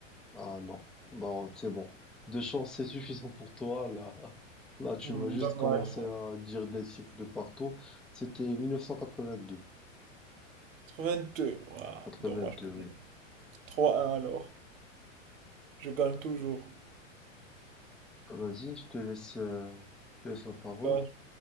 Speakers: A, in the centre; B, on the right.
A: Ah non, non, c'est bon. Deux chances, c'est suffisant pour toi. Là, <laughs> là, tu
B: hmm,
A: vas juste
B: dommage.
A: commencer à dire des chiffres de partout. C'était 1982.
B: 82, ouah,
A: 82,
B: dommage pour
A: oui.
B: moi. trois un alors. Je gagne toujours.
A: Vas-y, je te laisse, euh, je te laisse la parole.
B: Ben,